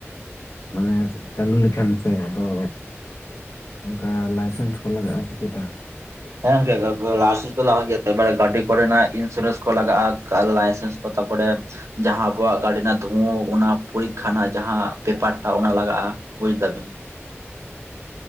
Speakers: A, on the left; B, on the right.
A: ᱢᱟᱱᱮ ᱪᱟᱹᱞᱩ ᱞᱮᱠᱷᱟᱱ ᱥᱮ ᱟᱫᱚ ᱚᱱᱠᱟ ᱞᱟᱭᱥᱮᱱᱥ ᱠᱚ ᱞᱟᱜᱟᱜᱼᱟ ᱥᱮ ᱪᱮᱛᱟ?
B: ᱦᱮᱸ, ᱜᱚᱝᱠᱮ ᱞᱟᱭᱥᱮᱱᱥ ᱠᱚ ᱞᱟᱜᱟᱜ ᱜᱮᱭᱟ ᱥᱮ ᱜᱟᱹᱰᱤ ᱠᱚᱨᱮ ᱚᱱᱟ ᱤᱱᱥᱩᱨᱮᱱᱥ ᱠᱚ ᱞᱟᱜᱟᱜᱼᱟ ᱞᱟᱭᱥᱮᱱᱥ ᱠᱚ ᱛᱟᱯᱚᱨᱮ ᱡᱟᱦᱟᱸ ᱟᱵᱚᱣᱟᱜ ᱜᱟᱹᱰᱤ ᱨᱮᱱᱟᱜ ᱫᱷᱩᱣᱟᱹ ᱚᱱᱟ ᱯᱚᱨᱤᱠᱷᱟ ᱨᱮᱱᱟᱜ ᱡᱟᱦᱟᱸ ᱯᱮᱯᱟᱨ ᱴᱟᱜ ᱚᱱᱟ ᱞᱟᱜᱟᱜᱼᱟ ᱾ ᱵᱩᱡ ᱫᱟᱵᱮᱱ